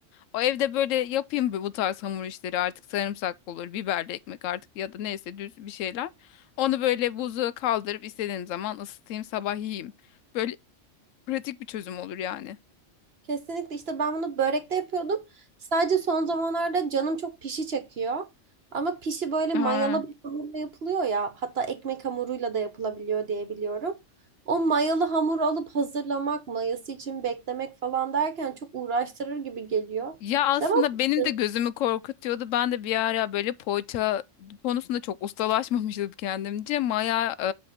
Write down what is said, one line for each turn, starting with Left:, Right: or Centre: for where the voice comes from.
Left: O evde böyle yapayım bu bu tarz hamur işleri artık sarımsak olur, biberli ekmek artık ya da neyse düz bir şeyler. Onu böyle buzluğa kaldırıp istediğim zaman ısıtayım sabah yiyeyim. Böyle Pratik bir çözüm olur yani.
Right: Kesinlikle işte ben bunu börekte yapıyordum. Sadece son zamanlarda canım çok pişi çekiyor. Ama pişi böyle
Left: Ha.
Right: mayalı bir hamurla yapılıyor ya. Hatta ekmek hamuruyla da yapılabiliyor diye biliyorum. O mayalı hamur alıp hazırlamak, mayası için beklemek falan derken çok uğraştırır gibi geliyor.
Left: Ya aslında
Right: Devam
Left: benim
Right: ediyorum.
Left: de gözümü korkutuyordu. Ben de bir ara böyle poğaça konusunda çok ustalaşmamıştım kendimce. Maya, e,